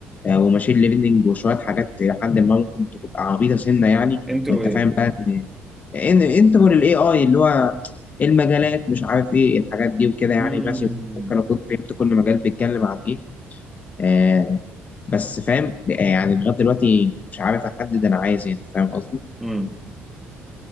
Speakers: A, on the left; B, in the centre.
A: آه، وماشين ليرنينج وشويه حاجات لحد ما ممكن تبقى عبيطه سنه يعني
B: انترو
A: وانت
B: ايه
A: فاهم بقى ان ان انترو للاي اي اللي هو المجالات مش عارف ايه الحاجات دي وكده
B: مم.
A: يعني ماشي ممكن اكون فهمت كل مجال بيتكلم عن ايه آه بس فاهم آه، يعني لغايه دلوقتي مش عارف احدد انا عايز ايه انت فاهم قصدي
B: مم.